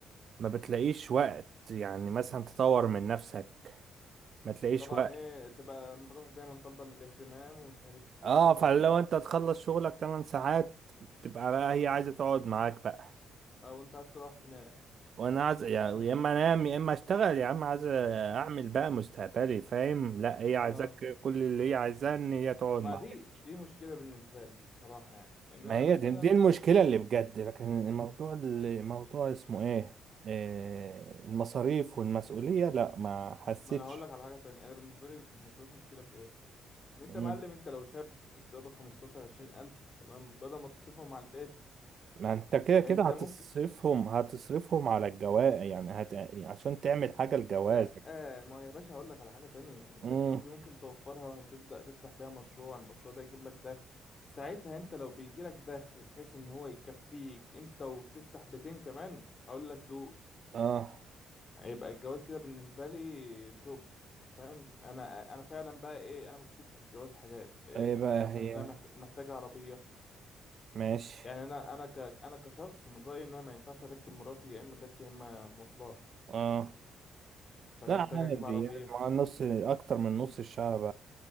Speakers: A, on the right (about 55°); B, on the left (about 40°).
A: ما بتلاقيش وقت يعني مثلا تطور من نفسك ما تلاقيش
B: طبعا
A: وقت
B: ايه تبقى مراتك دايما طالبة الاهتمام ومش عارف ايه
A: اه
B: فانت
A: فلو انت تخلص شغلك 8 ساعات تبقى بقى هي عايزة تقعد معاك بقى
B: او انت عايز تروح تنام
A: وانا عايز يعني
B: <laughs>
A: يا اما انام يا اما اشتغل يا عم عايز اعمل بقى مستقبلي فاهم لا هي عايزاك
B: اه
A: كل اللي هي عايزاه ان هي تقعد
B: ما
A: معاك
B: دي دي مشكلة بالنسبة لي بصراحة يعني ان
A: ما
B: انا
A: هي
B: مثلا
A: دي, دي المشكلة اللي بجد لكن الموضوع اللي موضوع اسمه ايه آه، المصاريف والمسؤولية لا ما حسيتش
B: ما انا هقول لك على حاجة تانية انا بالنسبة لي المصاريف مشكلة في ايه ان انت
A: مم.
B: معلم انت لو شاب وبتقبض 15 20 الف تمام بدل ما تصرفهم على البيت
A: ما انت كده
B: انت
A: كده هتصرفهم
B: ممكن
A: هتصرفهم على الجواز يعني هت... عشان تعمل حاجة لجوازك
B: لا آه، ما هي يا باشا هقول لك على حاجة تانية انت
A: مم.
B: الفلوس دي ممكن توفرها وتبدأ تفتح بيها مشروع المشروع ده يجيب لك دخل ساعتها انت لو بيجي لك دخل بحيث ان هو يكفيك انت وتفتح بيتين كمان اقول لك دوس
A: اه
B: هيبقى الجواز كده بالنسبة لي توب انت فاهم انا انا فعلا بقى ايه انا مشكلتي في الجواز حاجات إيه
A: ايه بقى
B: يعني مثلا
A: هي
B: انا محت- محتاج عربية
A: ماشي
B: يعني انا انا ك انا كشخص من رأيي ان انا ما ينفعش اركب مراتي يا اما تاكسي يا اما مواصلات
A: اه
B: فانا
A: لا
B: محتاج
A: عادي
B: اجيب عربية
A: يعني مع نص اكتر من نص الشعب